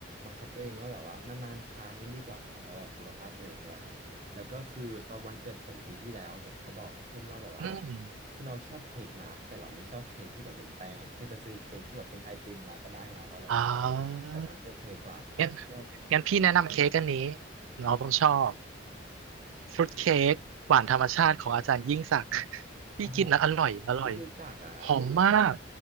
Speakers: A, on the right (about 35°); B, on the right (about 80°).
A: บังคับตัวเองว่าแบบว่านานๆครั้งดีกว่าครับเพราะว่าสุขภาพตัวเองด้วยครับแล้วก็คือตอนวันเกิดผมปีที่แล้วผมก็บอกเพื่อนว่าแบบว่า
B: อืม
A: คือเราชอบเค้กนะแต่เราไม่ชอบเค้กที่แบบเป็นแป้งอะแจะซื้อเค้กที่แบบเป็นไอติมมาก็ได้นะเพราะเรารู้สึกว่าแบบนั้นโอเคกว่า
B: อ๋อ งั้น
A: แล้ว
B: งั้นพี่แนะนำเค้กอันนี้น้องต้องชอบฟรุตเค้กหวานธรรมชาติของอาจารย์ยิ่งศักดิ์ <laughs> พี่กินแล้วอร่อยอร่อย
A: อ๋อไม่รู้จักอะครับ
B: หอมมาก